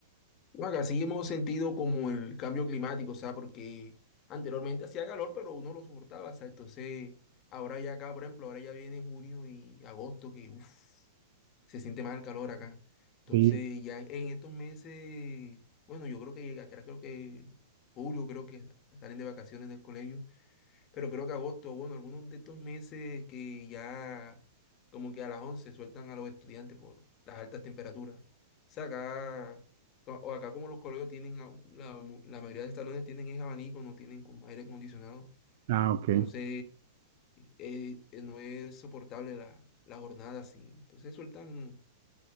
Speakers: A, on the left; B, on the right.
A: No, acá sí hemos sentido como el cambio climático, o sea, porque anteriormente hacía calor, pero uno lo soportaba, o sea, entonces ahora ya acá, por ejemplo, ahora ya viene junio y agosto, que uff. se siente más el calor acá. Entonces,
B: Sí,
A: ya en estos meses, bueno, yo creo que llega, creo, creo que julio, creo que salen de vacaciones del colegio, pero creo que agosto, bueno, algunos de estos meses que ya como que a las 11 sueltan a los estudiantes por las altas temperaturas. O sea, acá, o o acá como los colegios tienen, a- la, mu- la mayoría de los salones tienen es abanico, no tienen como aire acondicionado.
B: Ah, ok.
A: Entonces, eh, eh, no es soportable la, la jornada así. Entonces sueltan